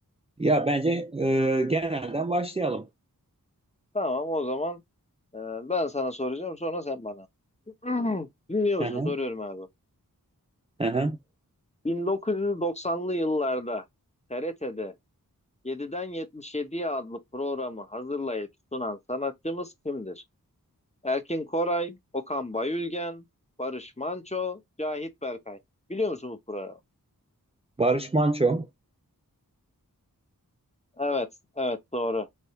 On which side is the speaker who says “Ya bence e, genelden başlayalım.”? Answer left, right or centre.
Right